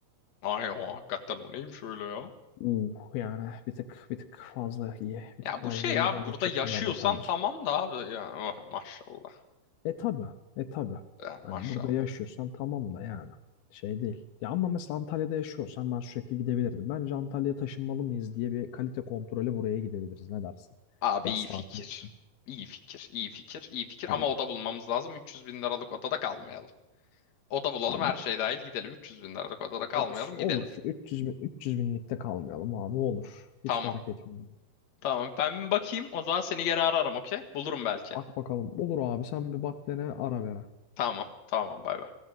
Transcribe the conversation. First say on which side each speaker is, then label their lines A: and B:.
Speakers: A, on the left (about 50°); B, on the left (about 75°).
A: Ay o hakikaten o neymiş öyle ya?
B: Uh, yani bir tık bir tık fazla iyi. Bir
A: Ya
B: tık fazla
A: bu şey ya
B: iyi ama
A: burada
B: çok
A: yaşıyorsan
B: güzel bir oteldir.
A: tamam da abi ya oh, maşallah.
B: E tabi. E tabi.
A: Ya,
B: Hani
A: maşallah.
B: burada yaşıyorsan tamam da yani. Şey değil. Ya ama mesela Antalya'da yaşıyorsan ben sürekli gidebilirdim. Bence Antalya'ya taşınmalı mıyız diye bir kalite kontrolü buraya gidebiliriz. Ne dersin?
A: Abi
B: Yaz
A: iyi fikir.
B: tatili için.
A: İyi fikir, iyi fikir, iyi fikir
B: Hani
A: ama oda bulmamız lazım. 300 bin liralık odada kalmayalım. Oda bulalım
B: abi
A: her şey dahil gidelim. 300 bin liralık odada
B: olur.
A: kalmayalım
B: Olur.
A: gidelim.
B: 300 bin, 300 binlikte kalmayalım abi olur.
A: Tamam.
B: Hiç fark etmiyor.
A: Tamam ben bir bakayım o zaman seni geri ararım okey? Bulurum belki.
B: Bak bakalım. Olur abi sen bir bak dene ara ver
A: Tamam tamam bay bay.